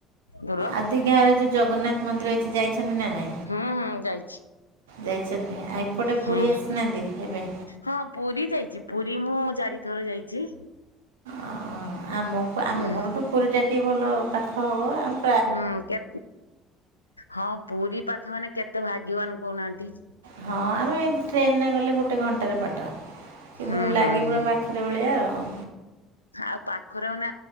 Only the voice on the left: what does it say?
ଦୂର
ହୁଁ ହୁଁ ଯାଇଛି
ହୁଁ
ହଁ ପୁରୀ ଯାଇଛି ପୁରୀ ମୁଁ ଚାରିଥର ଯାଇଛି।
ହୁଁ
ହୁଁ କେ ହଁ ପୁରୀ ପାଖ ମାନେ କେତେ ଭାଗ୍ୟବାନ କହୁନାହାନ୍ତି
ହୁଁ
ହୁଁ
ହୁଁ
ଆଉ ପାଖରେ ମାନେ